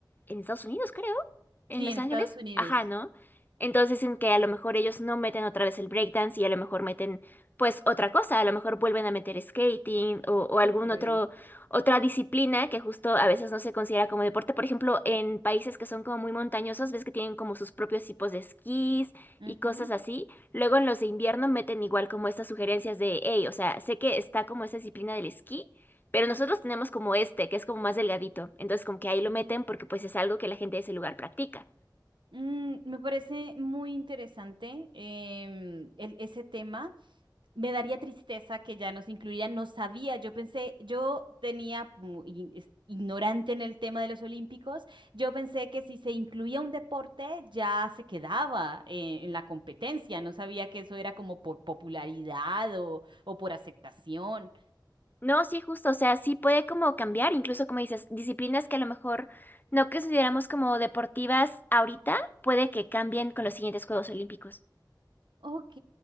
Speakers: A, on the left; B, on the right.
A: en Estados Unidos, creo, en
B: Sí,
A: Los
B: en
A: Ángeles,
B: Estados Unidos.
A: ajá, ¿no? Entonces dicen que a lo mejor ellos no meten otra vez el breakdance y a lo mejor meten pues otra cosa, a lo mejor vuelven a meter skating o, o algún
B: Yo creo.
A: otro otra disciplina que justo a veces no se considera como deporte. Por ejemplo, en países que son como muy montañosos, ves que tienen como sus propios tipos de esquís
B: Ujú,
A: y cosas así. Luego en los de invierno meten igual como estas sugerencias de, hey, o sea, sé que está como esta disciplina del esquí, pero nosotros tenemos como este, que es como más delgadito. Entonces como que ahí
B: ujú.
A: lo meten porque pues es algo que la gente de ese lugar practica.
B: Mm, me parece muy interesante em, el- ese tema. Me daría tristeza que ya nos incluyeran. No sabía, yo pensé, yo tenía, como i- es- ignorante en el tema de los olímpicos, yo pensé que si se incluía un deporte ya se quedaba eh, en la competencia. No sabía que eso era como por popularidad o, o por aceptación.
A: No, sí, justo, o sea, sí puede como cambiar, incluso como dices, disciplinas que a lo mejor no consideramos como deportivas ahorita, puede que cambien con los siguientes Juegos Olímpicos.
B: Ok,